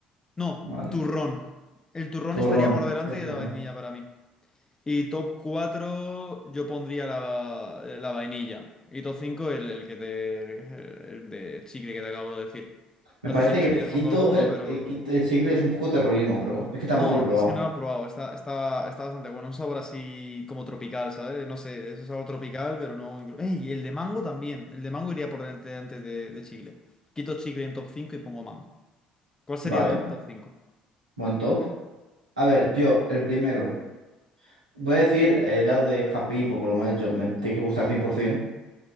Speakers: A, on the left (about 15°); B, on the right (about 80°).
A: No,
B: ¿vale?
A: turrón. El turrón
B: Turrón,
A: estaría por delante
B: el
A: que
B: turrón.
A: la vainilla para mí. Y top 4 yo pondría la, la vainilla. Y top 5 el, el que te, el, el de chicle que te acabo de decir.
B: Me
A: No
B: parece
A: sé si me
B: que
A: estoy
B: el
A: dejando
B: quinto,
A: alguno,
B: el,
A: pero...
B: el quinto de chicle es un poco terrorismo, pero es que tampoco
A: No,
B: lo he probado,
A: es que no lo he probado. Está, está, está bastante bueno. Un sabor así como tropical, ¿sabes? No sé, es un sabor tropical, pero no... inclu- ¡Ey! Y el de mango también. El de mango iría por delante antes de, de chicle. Quito chicle en top 5 y pongo mango. ¿Cuál sería
B: ¿vale?
A: tu top cinco?
B: Buen top. A ver, yo, el primero. Voy a decir el lado de Happy Hippo, por lo que me has dicho, me tiene que gustar 100%,